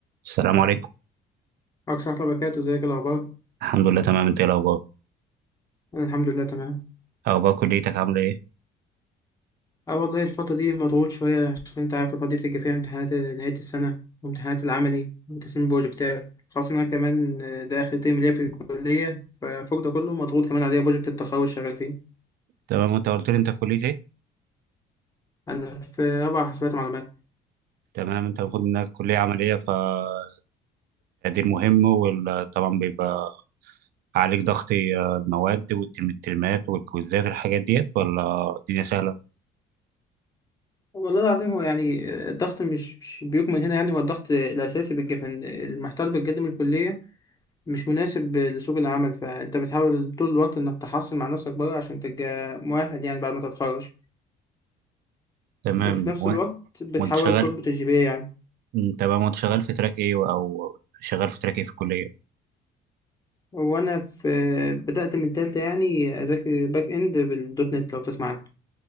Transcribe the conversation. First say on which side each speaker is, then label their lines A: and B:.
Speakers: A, on the right (about 65°); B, on the left (about 20°).
A: السلام عليكم
B: عليكم ورحمة الله وبركاته ازيك إيه الأخبار؟
A: الحمد لله تمام انت ايه الاخبار
B: أنا الحمد لله تمام
A: اخبار كليتك عامله ايه
B: أه والله الفترة دي مضغوط شوية عشان أنت عارف الفترة دي بتيجي فيها امتحانات نهاية السنة وامتحانات العملي وتسليم البروجكتات خاصة إن أنا كمان آه، ده آخر ترم ليا في الكلية ففوق ده كله مضغوط كمان عليا بروجكت التخرج شغال فيه
A: تمام انت قلت لي انت في كليه ايه
B: أنا في رابعة حاسبات معلومات
A: تمام انت المفروض انك كليه عمليه فالتقدير مهم وطبعا بيبقى عليك ضغط اه، المواد والترمات والكويزات والحاجات ديت ولا الدنيا سهله
B: والله العظيم هو يعني آه، الضغط مش مش بيكمن هنا يعني هو الضغط الأساسي بيبقى إن المحتوى اللي بتقدم الكلية مش مناسب لسوق العمل فأنت بتحاول طول الوقت إنك تحصل مع نفسك بره عشان تبقى مؤهل يعني بعد ما تتخرج
A: تمام
B: وفي نفس
A: وانت
B: الوقت بتحاول
A: وانت شغال
B: تظبط الجي بي يعني
A: مم، تمام وانت شغال في تراك ايه او شغال في تراك ايه في الكليه
B: وانا في بدأت من تالتة يعني اذاكر باك اند بالدوت نت لو بتسمع عنها